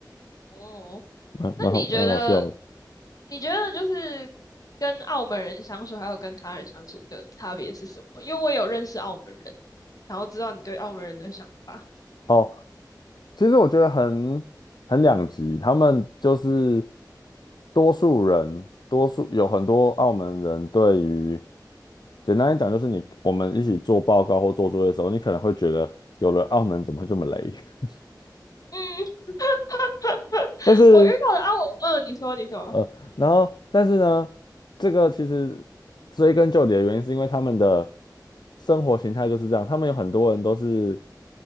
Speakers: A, on the left; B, on the left.
A: 哦，
B: 蛮蛮好蛮好笑的
A: 那你觉得你觉得就是跟澳门人相处，还有跟他人相处的差别是什么？因为我有认识澳门人，然后知道你对澳门人的想法。
B: 哦，其实我觉得很很两极，他们就是多数人，多数有很多澳门人对于，简单来讲就是你我们一起做报告或做作业的时候，你可能会觉得有了澳门怎么会这么雷？<laughs>
A: 嗯，<laughs>
B: 但是。
A: 我遇到的澳门，嗯，你说，你说，
B: 呃，然后但是呢，这个其实追根究底的原因是因为他们的生活形态就是这样，他们有很多人都是